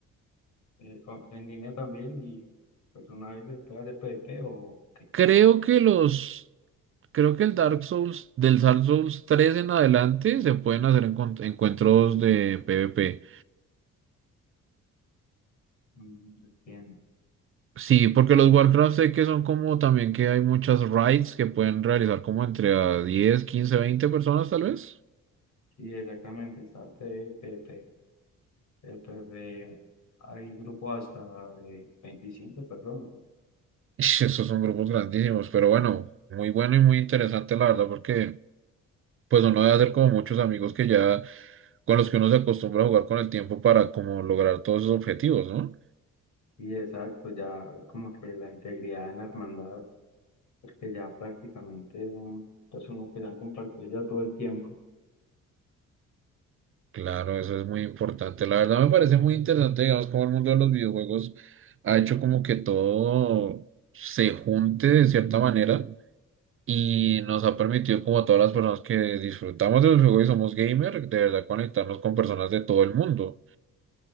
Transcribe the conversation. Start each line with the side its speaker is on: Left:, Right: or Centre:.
Left: eh, o- en línea también y pues una vez se puede hacer PDP o qué.
Right: Creo que los, creo que el Dark Souls, del Dark Souls tres en adelante se pueden hacer encon- encuentros de PvP.
Left: Mm, Bien.
Right: Sí, porque los Warcraft sé que son como también que hay muchas raids que pueden realizar como entre a 10 15 20 personas tal vez.
Left: Sí, exactamente, está el PDP. El PDP, hay grupos hasta de 25 personas.
Right: <laughs> Ish, Estos son grupos grandísimos, pero bueno, muy bueno y muy interesante la verdad, porque pues uno debe hacer como muchos amigos que ya con los que uno se acostumbra a jugar con el tiempo para como lograr todos esos objetivos, ¿no?
Left: Sí, exacto, ya como que la integridad en la hermandad, porque ya prácticamente son personas que se han compartido ya todo el tiempo.
Right: Claro, eso es muy importante. La verdad me parece muy interesante, digamos, cómo el mundo de los videojuegos ha hecho como que todo se junte de cierta manera y nos ha permitido como a todas las personas que disfrutamos de los juegos y somos gamer, de verdad conectarnos con personas de todo el mundo.